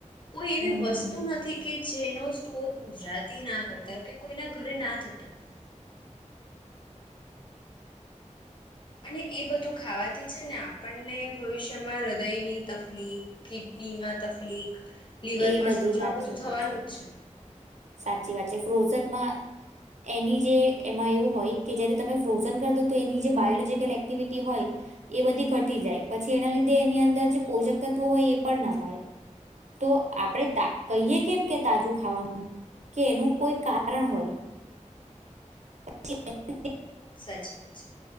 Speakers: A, on the left; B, on the right.
A: કોઈ‌
B: હમ
A: એવી વસ્તુ નથી કે જેનો સ્ટોર ગુજરાતી ના કરતા હોય કે, કોઈના ઘરે ના થતો હોય. અને એ બધું ખાવાથી છે ને, આપણને ભવિષ્યમાં હૃદયની તકલીફ, કિડનીમાં તકલીફ લીવર
B: એ
A: પર સોજા
B: સાચી
A: આ બધું
B: વાત
A: થવાનું જ છે.
B: સાચી વાત છે. ફ્રોઝનમાં એની જે એમાં એવું હોય કે જયારે તમે ફ્રોઝન કર દો, તો એની જે બાયોલોજીકલ એક્ટિવિટી હોય, એ બધી ઘટી જાય પછી, એના લીધે એની અંદર જે પોષક તત્વો હોય, એ પણ ન મળે તો આપણે કહીએ કેમ કે તાજું ખાવાનું કે એનું કોઈ કારણ હોય. પછી
A: સાચી વાત છે.